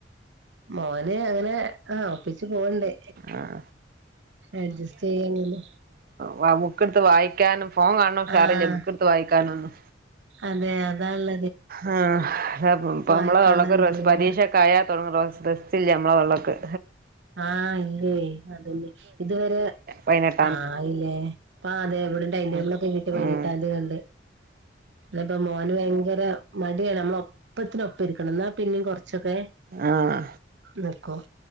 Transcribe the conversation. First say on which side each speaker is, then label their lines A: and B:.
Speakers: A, on the right; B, on the right.
A: മോന് അങ്ങനെ ആ ഒപ്പി പോവ്ണ്ടേ
B: ആഹ്
A: അഡ്ജസ്റ്റ് ചെയ്യങ്കില്
B: വ ബുക്കെടുത്ത് വായിക്കാനും ഫോൺ കാണോ ഷാറല്ലേ
A: ആഹ്
B: ബുക്കെടുത്ത് വായിക്കാനൊന്നും
A: അതെ അതാല്ല
B: ആ നമ്മളള്ള
A: വായിക്കാള്ള എന്തോര്
B: പരീക്ഷൊക്കെ ആയാ തുടങ്ങ റെസ്റ്റില്ല നമ്മളെള്ളക്ക്
A: ആഹ് ഇല്ലേ അതന്നെ ഇതുവരെ
B: വയനാട്ട്
A: ആഹ് ഇല്ലേ അപ്പ അതെ എവിടെ ഡൈൻടേബിള
B: ഉം
A: ഒക്കെ എ
B: ഉം
A: പട്ടാംതിയതിക ഉണ്ട് അപ്പോ മോന് ഭയങ്കര മടിയ നമ്മള ഒപ്പത്തിന ഒപ്പം ഇരിക്കണം എന്നാ പിന്നെയും കൊറച്ചൊക്കെ
B: ആഹ്
A: നിക്കും